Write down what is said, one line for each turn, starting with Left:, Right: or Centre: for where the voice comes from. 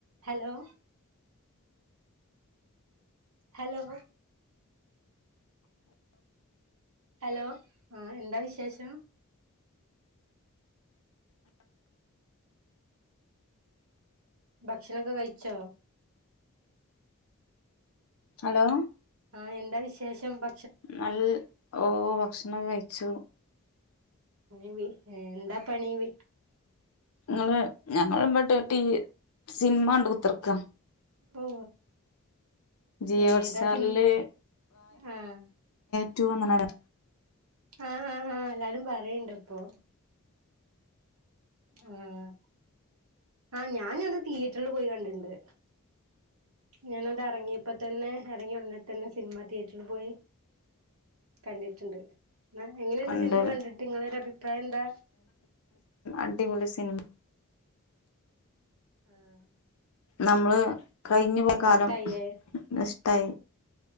Right: Hello hello hello ആ എന്താ വിശേഷം ഭക്ഷണൊക്കെ കയിച്ചോ
Left: ഹലോ
Right: ആ എന്താ വിശേഷം ഭ
Left: നൽ ഓ ഭക്ഷണ <unintelligible> കഴിച്ചു
Right: പണവി എന്താ പണീ വി
Left: ഇങ്ങള് ഞങ്ങള്മ്പട്ട് ടി സിനിമ അണ്ട് കുത്തെർക്കാ
Right: ഉവ്വോ
Left: ജിയോ
Right: ഏതാസിനിം
Left: ഹോട്ട്സ്റ്റാറില്
Right: ആഹ്
Left: റ്റു വന്ന്ണ്ണേലോ
Right: ആഹ് ആ ആ എല്ലാരും പറയണ്ട് ഇപ്പൊ ആഹ് ആ ഞാൻ അത് തീയേറ്ററില് പോയി കണ്ടിണ്ട് ഞാൻ അത് അറങ്ങിയപ്പോ തന്നെ എറങ്ങിയ ഉടനെ തന്നെ സിനിമ തിയേറ്ററിൽ പോയി കണ്ടിട്ടുണ്ട് എങ്ങനെയുണ്ട്
Left: കണ്ട്
Right: സിനിമ കണ്ടിട്ട് നിങ്ങളൊരു അഭിപ്രായം എന്താ
Left: അടിപൊളി സിനിമ
Right: ആഹ്
Left: നമ്മള് കഴിഞ്ഞു പോയ കാലം
Right: ഇഷ്ടായില്ലേ
Left: നൊസ് ടായി